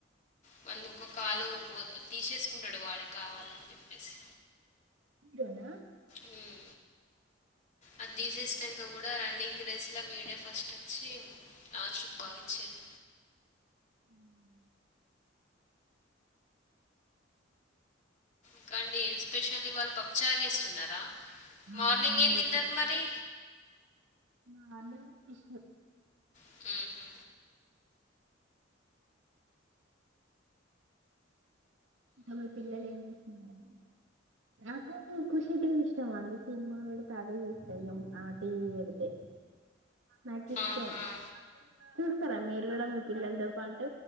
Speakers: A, on the left (about 40°); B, on the right (about 80°).
A: వాంది ఒక కాలు తీసేసుకుంటాడు వాడే కావాలని చెప్పేసి
B: ఇదేనా
A: హ్మ్. అది తీసేస్ నాంక కూడా రన్నింగ్ ర్రేస్లా వీడే ఫస్ట్ వచ్చి లాస్ట్ కు బాగ్ ఇచ్చిర్రు
B: హుమ్
A: ఇంకా ఏం స్పెషల్లీ వాళ్ళ పప్పుచార్ చేస్తున్నారా
B: ఆ
A: మార్నింగ్
B: అవునండి
A: ఏం తిన్నారు మరి
B: మార్నింగా ఫిష్
A: హుమ్ హు
B: మీ పిల్లలు ఏం చేస్తున్నారండి నాకు ఖుషి టీవీ ఇష్టమా అండి సినిమా పెడితే అదే చూస్తా ఇగ ఆ టీవీ పెడితే నాకు ఇష్టం
A: ఆహా!
B: చూస్తారా మీరు కూడా మీ పిల్లలతో పాటు